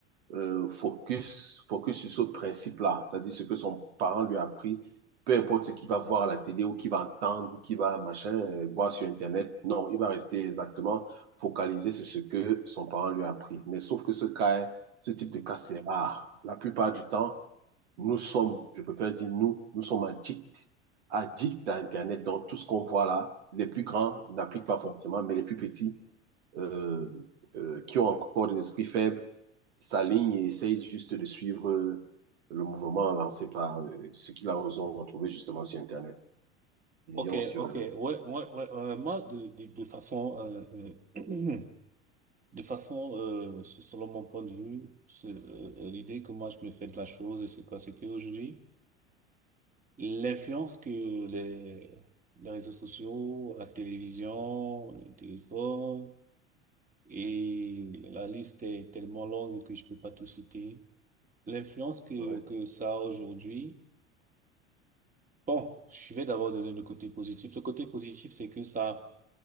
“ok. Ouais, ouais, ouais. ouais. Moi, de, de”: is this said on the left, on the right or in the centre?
Right